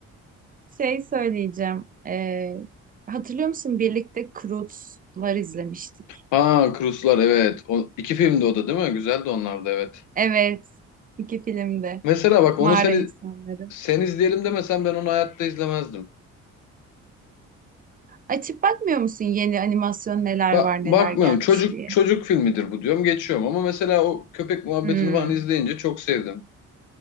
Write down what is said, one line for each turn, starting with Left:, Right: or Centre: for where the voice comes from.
Right: Şey söyleyeceğim. ee, hatırlıyor musun birlikte Croods'lar izlemiştik.
Left: Ha Cruise'lar evet. O, iki filmdi o da değil mi? Güzeldi onlar da evet.
Right: Evet iki filmde
Left: Mesela bak
Right: mağara
Left: onu seni
Right: insanları.
Left: sen izleyelim demesen ben onu hayatta izlemezdim.
Right: Açıp bakmıyor musun yeni animasyon neler
Left: Ba-
Right: var
Left: bakmıyorum.
Right: neler gelmiş
Left: Çocuk
Right: diye.
Left: çocuk filmidir bu diyorum. Geçiyorum ama mesela o köpek muhabbetini
Right: Hmm,
Left: falan izleyince çok sevdim.